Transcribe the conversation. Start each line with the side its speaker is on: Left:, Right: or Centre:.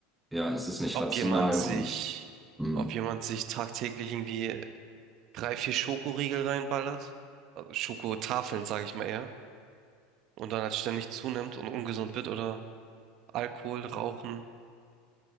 Centre: ja, es ist nicht
Right: ob
Centre: rational
Right: jemand sich,
Centre: und hm,
Right: ob jemand sich tagtäglich irgendwie drei, vier Schokoriegel reinballert, also Schokotafeln, sage ich mal eher, und dann halt ständig zunimmt und ungesund wird oder Alkohol, Rauchen,